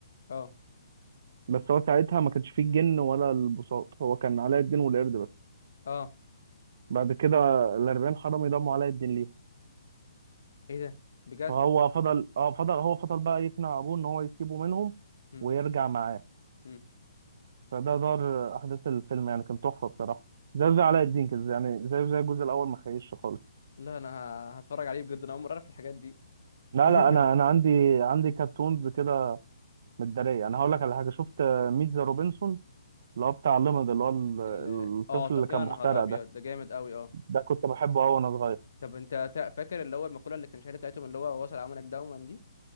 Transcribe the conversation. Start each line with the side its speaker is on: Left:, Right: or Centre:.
Left: اه
Right: بس هو ساعتها ما كانش فيه الجن ولا البساط هو كان علاء الدين والقرد بس
Left: اه
Right: بعد كده الأربعين حرامي ضموا علاء الدين ليهم
Left: ايه ده بجد
Right: فهو فضل اه فضل هو فضل بقى يقنع أبوه إن هو يسيبه منهم
Left: امم
Right: ويرجع معاه
Left: امم
Right: فده دار أحداث الفيلم يعني كان تحفة بصراحة زي زي علاء الدين كده يعني زي زي الجزء الأول ما خيش خالص
Left: لا انا ه- هتفرج عليه بجد انا اول مرة اعرف الحاجات دي
Right: لا
Left: <laughs>
Right: لا أنا أنا عندي عندي كرتونز كده متدارية أنا هقول لك على حاجة شفت ميت ذا روبنسون اللي هو بتاع ليمد اللي هو ال-
Left: ال
Right: الطفل
Left: اه ط...
Right: اللي كان
Left: يا
Right: مخترع
Left: نهار ابيض
Right: ده
Left: ده جامد قوي اه
Right: ده كنت بحبه أوي وأنا صغير
Left: طب انت تا- فاكر اللي هو المقولة اللي كان شهيرة بتاعتهم اللي هو وصل عملك دوما دي